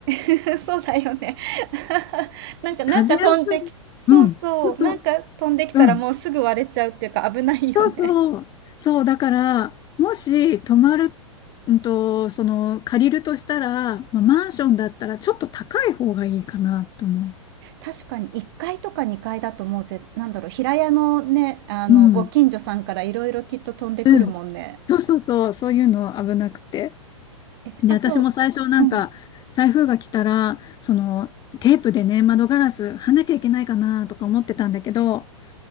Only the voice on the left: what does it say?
風当たり。
うん。そうそう。
うん。そうそう。そう、だから、もし泊まる、うんと、その、借りるとしたら、まあ、マンションだったらちょっと高い方がいいかなと思
う。うん。
うん。そうそうそう、そういうの危なくて。
で、
私も最初なんか、
台風が来たら、その、テープでね、窓ガラス貼んなきゃいけないかなとか思ってたんだけど、